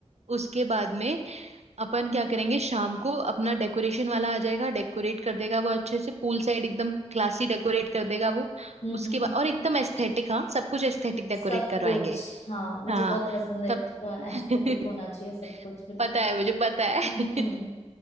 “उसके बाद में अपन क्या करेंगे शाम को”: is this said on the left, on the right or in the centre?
Right